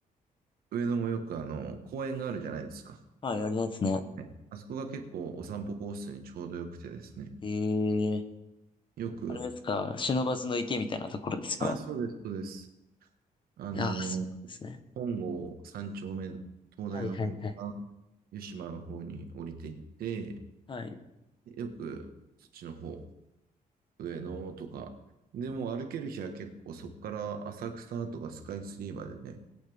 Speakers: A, on the right; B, on the left.
A: 上野もよくあの、公園があるじゃないですか。
B: はい、ありますね。
A: はい。あそこが結構お散歩コースにちょうどよくてですね、
B: ええ、
A: よく、
B: あれですか、忍ばずの池みたいなところですかね。
A: あ、そうです、そうです。あの、
B: いやー、そうなんですね。
A: 本郷三丁目、東大の方から
B: はい、はい、はい。
A: 湯島の方に降りていって、
B: はい。
A: よくそっちの方、上野とか、でも歩ける日は結構そこから浅草とかスカイツリーまでね、